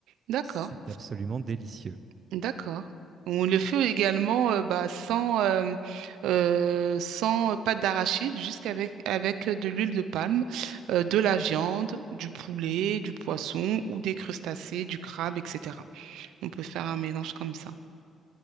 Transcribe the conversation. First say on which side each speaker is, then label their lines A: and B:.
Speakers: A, on the right; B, on the right.
A: D'accord,
B: C'est absolument délicieux.
A: d'accord. On le fait également euh, bah, sans, euh, euh, sans euh, pâte d'arachide, juste avec, avec de l'huile de palme, euh, de la viande, du poulet, du poisson ou des crustacés, du crabe, etc. On peut faire un mélange comme ça.